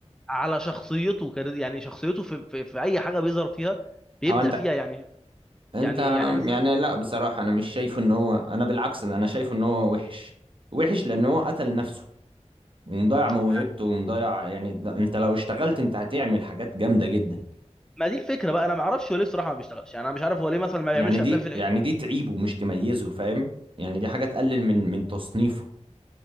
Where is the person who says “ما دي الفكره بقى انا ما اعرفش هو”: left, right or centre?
Centre